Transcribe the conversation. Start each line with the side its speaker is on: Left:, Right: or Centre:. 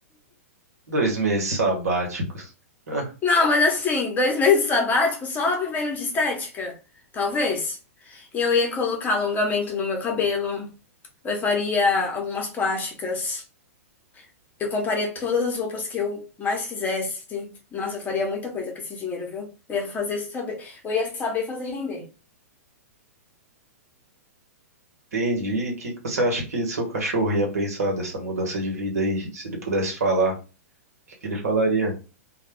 Right: Dois meses sabáticos. Ah,
Left: Não, mas assim, dois <laughs> meses sabático só vivendo de estética, talvez. Eu ia colocar alongamento no meu cabelo, eu faria algumas plásticas, eu compraria todas as roupas que eu mais quisesse. Nossa, eu faria muita coisa com esse dinheiro, viu? Eu ia fazer saber, eu ia saber fazer render.
Right: entendi. E o que que você acha que seu cachorro ia pensar dessa mudança de vida aí? Se ele pudesse falar, o que que ele falaria?